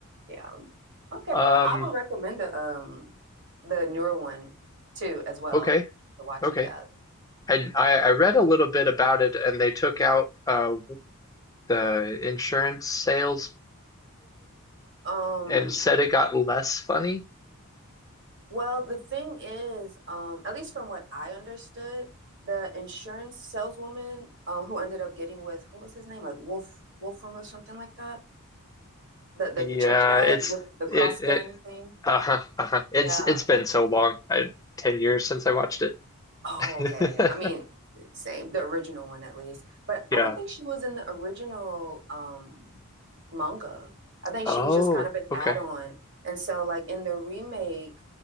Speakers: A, on the right; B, on the left.
A: Yeah. Okay.
B: Um,
A: I, I would recommend the um the newer one too as well
B: okay.
A: to watch
B: Okay.
A: it, yeah.
B: I, I I read a little bit about it and they took out uh the insurance saleswoman
A: Um
B: and said it got less funny.
A: well, the thing is, um at least from what I understood, the insurance saleswoman um who ended up getting with what was his name? Like Wolf Wolfram or something like that? The the
B: Yeah,
A: church guy
B: it's
A: with the
B: it
A: cross
B: it
A: gun thing.
B: uh-huh, uh-huh. It's
A: Yeah.
B: it's been so long. I 10 years since I watched it.
A: Oh,
B: <laughs>
A: okay. Yeah. I mean, same, the original one at least. But
B: Yeah.
A: I don't think she was in the original um manga. I think
B: Oh,
A: she was just kind of an
B: okay.
A: add-on. And so like in the remake,